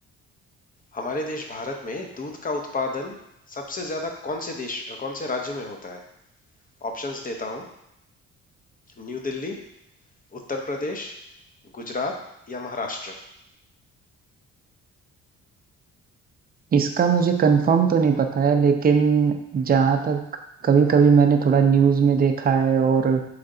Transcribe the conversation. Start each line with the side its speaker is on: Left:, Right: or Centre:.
Left: हमारे देश भारत में दूध का उत्पादन सबसे ज्यादा कौन से देश कौन से राज्य में होता है ऑप्शंस देता हूँ न्यू दिल्ली उत्तर प्रदेश, गुजरात या महाराष्ट्र?
Right: इसका मुझे कंफर्म तो नहीं पता है लेकिन जहाँ तक कभी कभी मैंने थोड़ा न्यूज़ में देखा है और